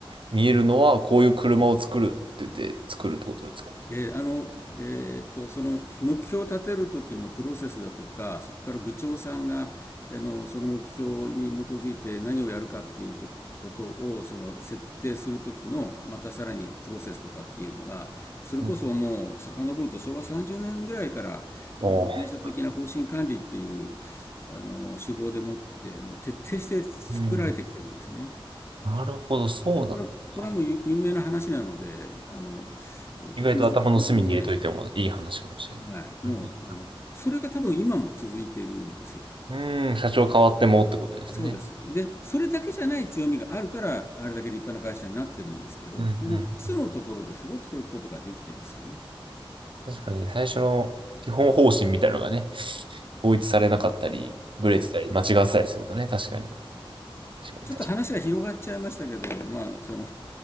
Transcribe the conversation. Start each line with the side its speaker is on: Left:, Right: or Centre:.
Right: 見えるのはこういう車を作るって言って作るってことですかね。
Left: えーあの、えーっと、その目標を立てる時のプロセスだとか、そこから部長さんが、あの、その目標に基づいて何をやるかっていうと、ことを、その設定する時の、またさらにプロセスとかっていうのが、それこそもう遡ると昭和30年ぐらいから、
Right: うん。おー
Left: あの、全社的な方針管理っていう、あの、手法でもって、もう徹底して作られてきてるんですね。
Right: うんなるほど、そうなんだ。
Left: これは、これはもう有有名な話なので、あの、えっと、
Right: 意外と頭の隅に入れといてもいい話かもしれない。
Left: 秘密で全然ない。はい。
Right: なるほど。
Left: もう、あの、それが多分今も続いているんですよ。
Right: うん、社長変わってもってことですね。
Left: そうです。で、それだけじゃない強みがあるから、あれだけ立派な会社になってるんですけど、
Right: うんう
Left: その基礎のところですごくそういうことができてますよね。
Right: ん。確かに最初の基本方針みたいなのがね、統一されなかったり、ブレてたり、
Left: はい
Right: 間違ってたりするとね、確かに。確かに、
Left: ちょっと話が広がっちゃいましたけど、
Right: 確かに。
Left: まあ、その、